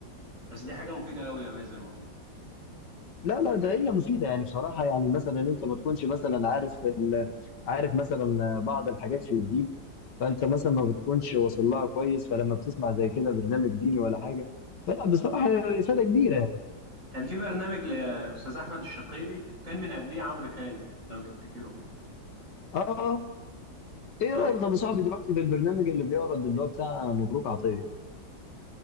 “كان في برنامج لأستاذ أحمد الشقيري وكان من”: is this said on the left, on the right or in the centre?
Right